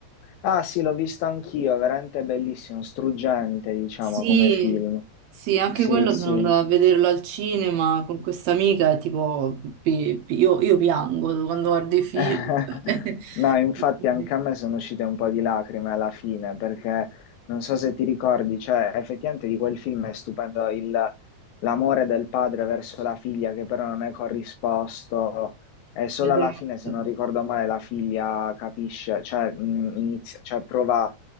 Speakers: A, on the left; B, on the right.
A: Ah sì, l'ho visto anch'io, è veramente bellissimo, struggente, diciamo,
B: Sì,
A: come film.
B: sì, anche
A: Sì,
B: quello
A: sì.
B: sono andata a vederlo al cinema con questa amica e tipo, pi- pi- io, io piango quando guardo i film.
A: <laughs>
B: <laughs>
A: No, infatti anche a me sono uscite un po' di lacrime alla fine, perché non so se ti ricordi, cioè effettivamente di quel film è stupendo il- l'amore del padre verso la figlia che però non è corrisposto e solo
B: Esatto.
A: alla fine, se non ricordo male, la figlia capisce, cioè, mh, inizia, cioè prova